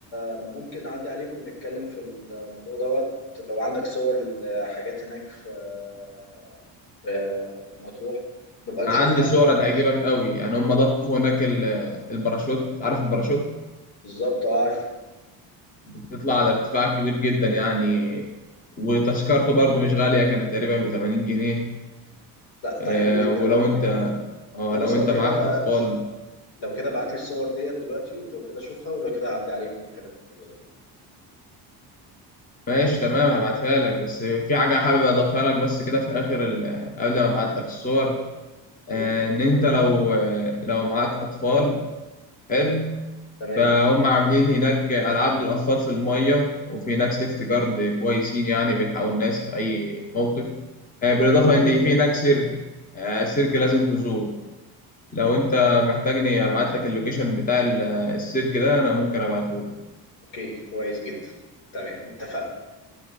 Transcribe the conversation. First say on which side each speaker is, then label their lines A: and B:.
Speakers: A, on the left; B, on the left.
A: آه، ممكن اعدي عليك ونتكلم في الموضوع دوت لو عندك صور لحاجات هناك في آه، في آه، مطروح نبقى نشوفها
B: عندي صورة تعجبك قوي يعني هم ضافوا هناك ال- الباراشوت عارف الباراشوت
A: بالظبط أه، عارف
B: بتطلع على ارتفاع كبير جدا يعني وتذكرته برضو مش غالية كانت تقريبا ب 80 جنيه
A: لا
B: آه،
A: ده حلو جدا
B: ولو انت اه
A: خلاص
B: لو انت
A: لو كده
B: معاك اطفال
A: لو كده ابعت لي الصور ديت دلوقتي ولو كده اشوفها ولو كده هعدي عليك ونتكلم في الموضوع ده تاني
B: ماشي تمام هبعتها لك بس في حاجة حابب اضيفها لك بس كده في اخر ال... قبل ما ابعت لك الصور
A: اوكي
B: آه، ان انت لو آه، لو معاك اطفال حلو
A: تمام
B: فهم عاملين هناك العاب للاطفال في الميه وفي هناك سيفتي جارد كويسين يعني بيلحقوا الناس في اي موقف آه، بالاضافه
A: حلو جدا
B: ان في هناك سيرك آه، سيرك لازم تزوره لو انت محتاجني ابعت لك اللوكيشن بتاع ال- السيرك ده انا ممكن ابعته لك
A: اوكي كويس جدا تمام اتفقنا